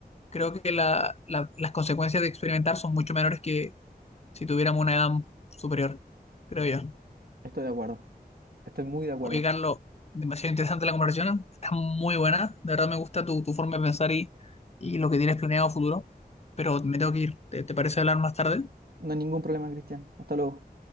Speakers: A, on the left (about 40°); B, on the right (about 65°).
A: creo que la- la- las consecuencias de experimentar son mucho menores que si tuviéramos una edad superior, creo yo.
B: Estoy de acuerdo, estoy muy de acuerdo.
A: Oye, Carlos, demasiado interesante la conversación, está muy buena, de verdad me gusta tu, tu forma de pensar y, y lo que tienes planeado a futuro, pero me tengo que ir. ¿Te, te parece hablar más tarde?
B: No hay ningún problema, Cristian. Hasta luego.